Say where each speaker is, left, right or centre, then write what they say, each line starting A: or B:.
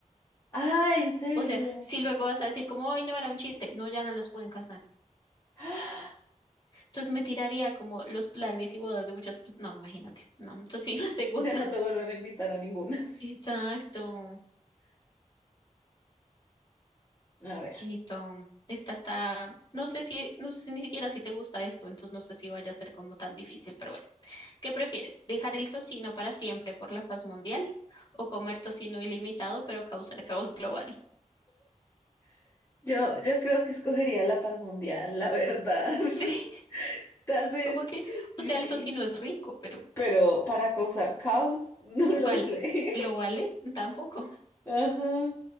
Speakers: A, on the left; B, on the left.
A: Ah, ¿en serio?
B: O sea, si luego vas a decir como, ay, no, era un chiste, no, ya no los pueden casar.
A: <gasps> ¡Ah!
B: Entonces me tiraría como los planes y bodas de muchas personas. No, imagínate, no, entonces sí, la segunda.
A: Ya no te vuelvan a invitar a ninguna.
B: <laughs>
A: <laughs>
B: Exacto,
A: A ver,
B: Nito. Esta está, no sé si, no sé si ni siquiera si te gusta esto, entonces no sé si vaya a ser como tan difícil, pero bueno. ¿Qué prefieres? ¿Dejar el tocino para siempre por la paz mundial o comer tocino ilimitado pero causar caos global?
A: yo, yo creo que escogería la paz mundial, la verdad. <laughs>
B: <laughs> Sí,
A: Tal vez,
B: como que,
A: sí, sí,
B: o sea,
A: sí.
B: el tocino es rico, pero
A: Pero para causar caos, <laughs> no lo
B: vale,
A: sé.
B: ¿lo
A: <laughs>
B: vale? Tampoco. <laughs>
A: Ajá.